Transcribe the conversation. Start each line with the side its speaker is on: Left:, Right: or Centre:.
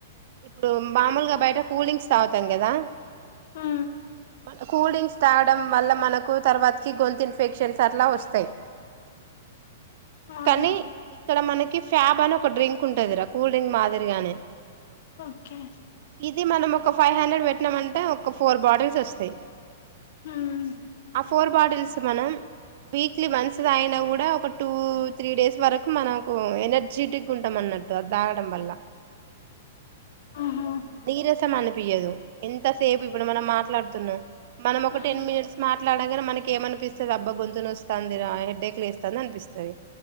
Right: ఇప్పుడు మామూలుగా బయట కూల్డ్రింగ్క్స్ తాగుతాం కదా
Left: ఆ
Right: మన కూల్ డ్రింక్స్ తాగడం వల్ల మనకు తర్వాతకి గొంతు ఇన్ఫెక్షన్స్ అట్ల వస్తాయి
Left: అవునా
Right: కానీ ఇక్కడ మనకి ఫ్యాబ్ అని ఒక డ్రింక్ ఉంటది ర కూల్ డ్రింక్ మాదిరిగానే
Left: ఒకే
Right: ఇది మనం ఒక ఫైవ్ హండ్రెడ్ పెట్టినామ అంటే ఒక ఫోర్ బాటిల్స్ వస్తాయి
Left: ఉమ్
Right: ఆ ఫోర్ బాటిల్స్ మనం వీక్లీ వన్స్ అయిన కూడా ఒక టూ త్రీ డేస్ వరకు మనకు ఎనర్జెటిక్ ఉంటు త్తమన్నట్టు అద్ తాగడం వల్ల
Left: ఆహా
Right: నీరసమని పియదు ఎంత సేపు ఇప్పుడు మనం మాట్లాడుతున్నం మనం ఒక
Left: ఉమ్
Right: టెన్ మినిట్స్ మ మాట్లాడగానే మనకి ఏమనిపిస్తుంది అబ్బా గొంతు నాస్తది హెడ్డేక్లు వేస్తుంది అనిపిస్తుంది